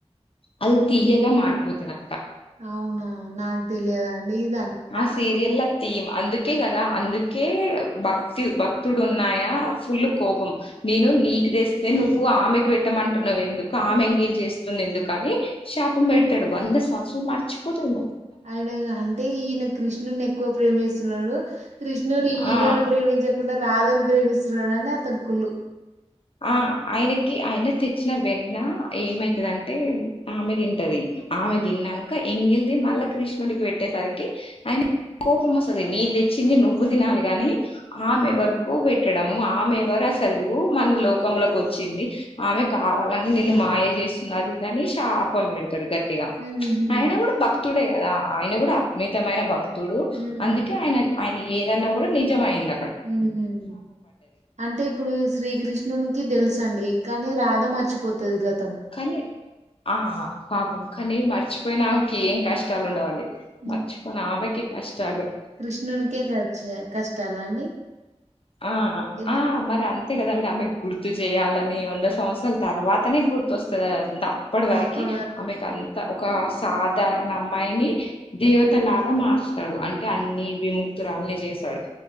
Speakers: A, on the left; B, on the right.
A: అది తియ్యగా మారిపోతుంది.
B: అవునా నాకు తెలియదా అండి ఇదంతా
A: ఆ సీరియల్ల థీమ్ అందుకే కదా అందుకే భక్తి భక్తుడు ఉన్నాయన ఫుల్ కోపం నేను నీకు తెస్తే నువ్వు ఆమెకి పెట్టమంటున్నావు ఎందుకు ఆమె ఎంగీలి చేస్ స్తుంది ఎందుకని శాపం పెడతాడు. వంద సంవత్సరాలు మర్చిపోతాము
B: ఆయన అంటే ఈన క్రిష్ణుని ఎక్కువ ప్రేమిస్తున్నాడు. క్రిష్ణుడు ఈయనను
A: ఆ
B: ప్రేమించకుండ రాధను ప్రేమిస్తున్నాడని అతనికి కుళ్ళు.
A: ఆ ఆయనకి ఆయన తెచ్చిన వెన్న ఏమైతదంటె ఆమె తింటది. ఆమె తిన్నంక ఎంగిల్ది మళ్ళా కృష్ణుడికి పెట్టేసరికి ఆయన కోపమోస్తది నేన్ తెచ్చింది నువ్వు తినాలి గాని ఆమెవరికో
B: హ్మ్.
A: పెట్టడము ఆమె ఎవరు అసలు మన లోకంలోకి వచ్చింది ఆమె కావాలని నిను మాయ చేస్తుంది అది ఇదని శాపం పెడు తాడు గట్టిగ
B: హుహు.
A: ఆయన కూడ భక్తుడే కదా ఆయన కూడ అద్మితమైన భక్ తుడు
B: హ్మ్.
A: అందుకే ఆయన ఆయన ఏదన్న కూడా నిజమైంది.
B: మ్ అంటే ఇప్పుడు శ్రీక్రిష్ నునికి తెలుసండి కానీ రాధ మర్చిపోతది గత్
A: కానీ ఆ పాపం కానీ మర్చిపోయినాక ఏం కష్టాలు ఉండవండి.
B: హ్మ్.
A: మర్చిపోని ఆమెకి కష్టాలు
B: కృష్ణునికే కచ్చ కష్టాల అండి?
A: ఆ
B: ఎన్
A: ఆ మరన్ అంతే కదండి ఆమెకు గుర్తు చేయాలని వంద సంవత్సరాల తర్వాతనే గుర్తొస్తది అదన్నీ అప్పడవరీకి
B: అప్పడి వరకు
A: ఆమె కన్ ఒక సాధారణ అమ్మాయిని దేవతలాగ మార్స్తాడు అంటే అన్ని విము తురాలని చేశాడు